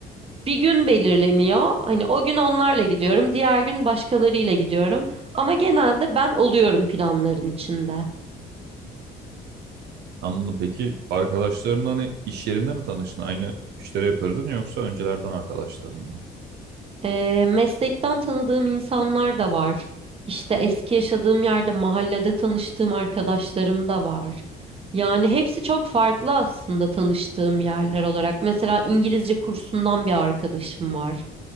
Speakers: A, on the right (about 35°); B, on the right (about 75°).
A: Bir gün belirleniyor. Hani o gün onlarla gidiyorum, diğer gün başkalarıyla gidiyorum. Ama genelde ben oluyorum planların içinde.
B: Anladım. Peki arkadaşların hani iş yerinde mi tanıştın? Aynı işleri yapıyoruz değil mi? Yoksa öncelerden arkadaşların mı?
A: Eee, meslekten tanıdığım insanlar da var. İşte eski yaşadığım yerde mahallede tanıştığım arkadaşlarım da var. Yani hepsi çok farklı aslında tanıştığım yerler olarak. Mesela İngilizce kursundan bir arkadaşım var.